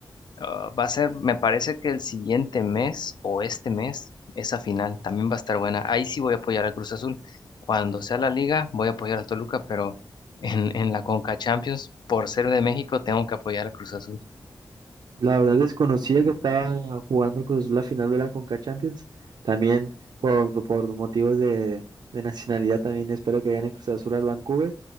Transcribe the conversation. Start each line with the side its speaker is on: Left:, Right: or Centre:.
Left: Ah, va a ser, me parece que el siguiente mes o este mes, esa final también va a estar buena. Ahí sí voy a apoyar al Cruz Azul. Cuando sea la liga, voy a apoyar al Toluca, pero <laughs> en, en la Conca Champions, por ser de México, tengo que apoyar al Cruz Azul.
Right: La verdad desconocía que estaba jugando el Cruz Azul la final de la Conca Champions. También por, por motivos de, de nacionalidad también espero que gane Cruz Azul al Vancouver.